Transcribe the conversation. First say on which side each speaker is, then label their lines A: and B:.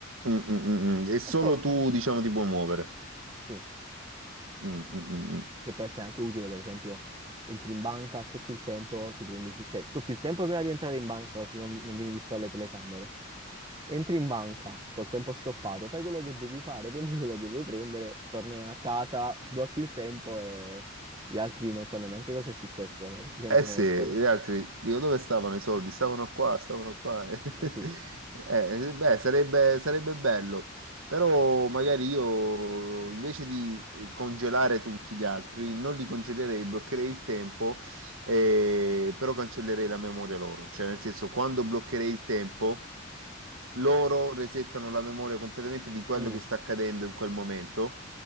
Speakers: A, on the right; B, on the right.
A: mm, mm, mm, mm. E solo
B: e poi lo fa.
A: tu, diciamo, ti puoi muovere.
B: Sì,
A: Mm, mm, mm, mm.
B: che può essere anche utile, per esempio, entri in banca, stoppi il tempo, ti prendi tu, cioè stoppi il tempo prima di entrare in banca, così non, non vieni visto alle telecamere. Entri in banca col tempo stoppato, fai quello che devi fare, <laughs> prendi quello che vuoi prendere, torni a casa, sblocchi il tempo e gli altri non sanno neanche cosa è successo, no? Semplicemente
A: Eh
B: sono
A: sì, gli
B: sparati.
A: altri, dico, dove stavano i soldi? Stavano qua, stavano qua. <laughs>
B: Eh, sì,
A: Eh, beh, sarebbe, sarebbe bello, però magari io invece di congelare tutti gli altri, non li congelerei, bloccherei il tempo, eh, però cancellerei la memoria loro. Cioè, nel senso, quando bloccherei il tempo... loro resettano la memoria completamente di quello
B: Mm,
A: che sta accadendo in quel momento,